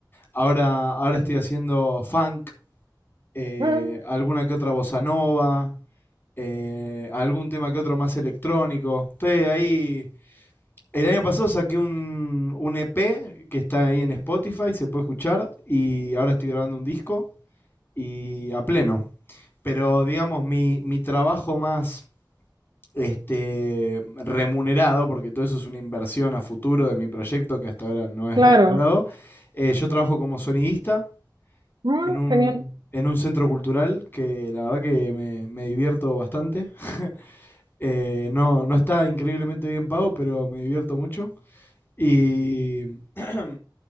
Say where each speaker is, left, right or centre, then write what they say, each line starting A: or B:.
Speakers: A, on the left; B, on the right.
A: Ahora, ahora estoy haciendo funk, eh,
B: Mm,
A: alguna que otra bossa nova, eh, algún tema que otro más electrónico. Estoy ahí. El año pasado saqué un, un EP que está ahí en Spotify, se puede escuchar, y ahora estoy grabando un disco y a pleno. Pero digamos, mi, mi trabajo más este, remunerado, porque todo eso es una inversión a futuro de mi proyecto que hasta ahora no es
B: claro.
A: remunerado, eh, yo trabajo como sonidista
B: Mm,
A: en un,
B: genial.
A: en un centro cultural que la verdad que me, me divierto bastante. Eh, no, no está increíblemente bien pago, pero me divierto mucho. Y, <clears throat>